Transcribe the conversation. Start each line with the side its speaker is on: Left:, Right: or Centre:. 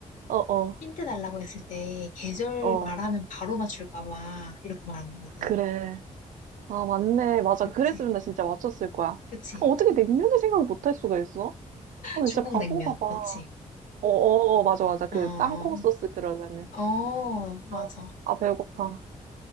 Right: 어, 어,
Left: 힌트 달라고 했을 때 계절
Right: 어.
Left: 말하면 바로 맞출까 봐 이렇게 말한 거거든
Right: 그래. 아, 맞네. 맞아.
Left: 그치
Right: 그랬으면 나 진짜 맞췄을 거야.
Left: 그치
Right: 아, 어떻게 냉면을 생각을 못 할 수가 있어? 아,
Left: 중국
Right: 진짜 바본가
Left: 냉면
Right: 봐.
Left: 맞지?
Right: 어, 어, 어, 맞아, 맞아. 그
Left: 어,
Right: 땅콩 소스 들어가는.
Left: 어, 맞아
Right: 아, 아, 배고파.